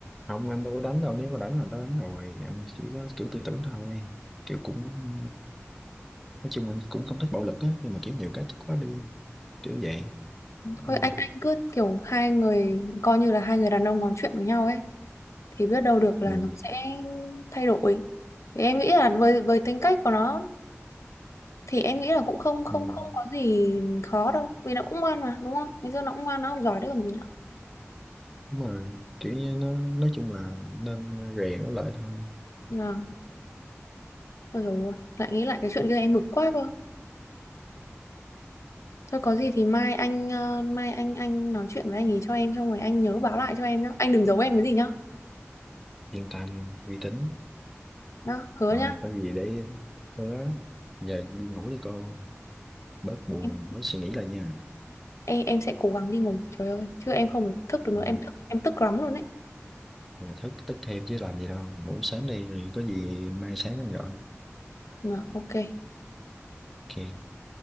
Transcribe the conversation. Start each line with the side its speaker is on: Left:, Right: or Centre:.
Centre: Không anh đâu có đánh đâu nếu mà đánh là tao đánh rồi anh chỉ có kiểu tư tưởng thôi kiểu cũng nói chung anh cũng không thích bạo lực á nhưng mà kiểu nhiều cái thích quá đi kiểu vậy đúng
Left: Thôi anh
Centre: không
Left: anh cứ kiểu hai người coi như là hai người đàn ông nói chuyện với nhau ấy thì biết đâu được là
Centre: ừ.
Left: nó sẽ thay đổi. Thì em nghĩ là với với tính cách của nó thì em nghĩ là cũng không không
Centre: Ừ.
Left: không có gì khó đâu vì nó cũng ngoan mà đúng không? Bây giờ nó cũng ngoan nó học giỏi đấy còn gì nữa.
Centre: đúng rồi kiểu như nó nói chung là nên rèn nó lại thôi
Left: Nhưng mà ôi dồi ôi, lại nghĩ lại cái chuyện kia em bực quá cơ. Thôi có gì thì mai anh ờ, mai anh anh nói chuyện với anh ý cho em xong rồi anh nhớ báo lại cho em nhá. Anh đừng giấu em cái gì nhá.
Centre: yên tâm uy tín
Left: Đó, hứa
Centre: rồi
Left: nhá.
Centre: có gì để hứa giờ đi ngủ đi cô bớt buồn
Left: Em
Centre: bớt suy nghĩ lại nha
Left: em, em sẽ cố gắng đi ngủ. Trời ơi, chứ em không phải thức được
Centre: ừ.
Left: nữa, em thức em tức lắm luôn đấy.
Centre: Giờ thức tức thêm chứ làm gì đâu ngủ sớm đi rồi có gì mai sáng anh gọi
Left: Mà ok.
Centre: ok